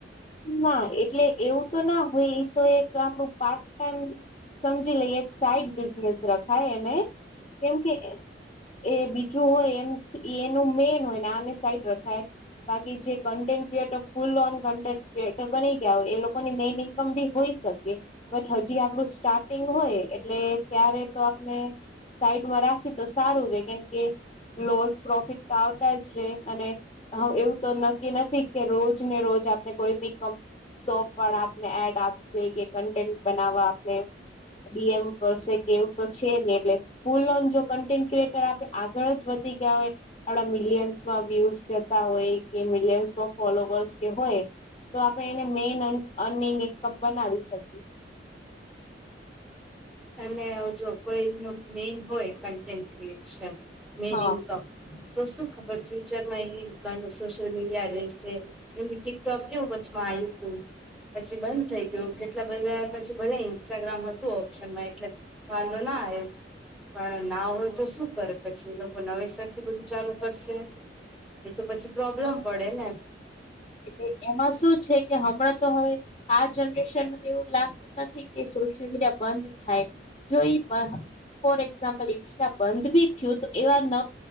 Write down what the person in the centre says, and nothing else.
<inaudible> <unintelligible> જો કોઈક નું મેન હોય કન્ટેન્ટ ક્રિએશન, મેન
ઇન્કમ તો શું ખબર ફ્યુચરમાં એની કન સોશિયલ મીડિયા રશે કેમ ટિકટોક કેવું બદુ મા આયુતુ પછી બંધ થઈ ગયું, કેટલા બધા પછી ભલે ઇન્સ્ટાગ્રામ હતું ઓપ્શનમાં એટલે વાંધો ના આયો પણ ના હોય તો શું કરે પછી, લોકો નવેસર થી બધું ચાલુ કરશે એ તો પછી પ્રોબ્લેમ પડે ને?